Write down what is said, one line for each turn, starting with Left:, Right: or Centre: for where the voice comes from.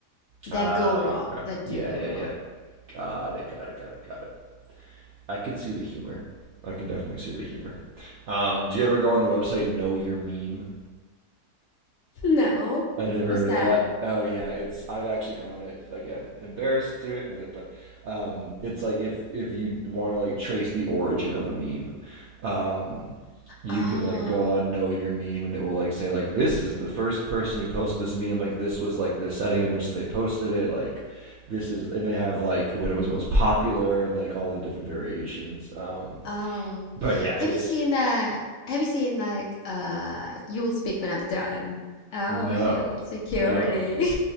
Left: that
Right: Ah,
Left: go wrong,
Right: okay.
Left: that
Right: Yeah,
Left: do go
Right: yeah,
Left: wrong.
Right: yeah. Got it. Got it. Got it. Got it. I can see the humor. I can definitely see the humor. Um, do you ever go on the website Know Your Meme?
Left: <laughs> No,
Right: I've never
Left: what's
Right: heard
Left: that?
Right: of that. Oh yeah, it's I've actually gone on it again. Embarrassed to admit it, but um, it's like if if you want to like trace the origin of a meme, um, you
Left: Oh,
Right: can like go on know your meme and it will like say like this is the first person who posted this meme like this was like the setting in which they posted it like this is and they have like when it was most popular and like all the different variations um
Left: oh,
Right: but yeah
Left: have
Right: it's
Left: you seen that? Have you seen like uh, you will speak when I'm done? Oh,
Right: no
Left: hell, security.
Right: no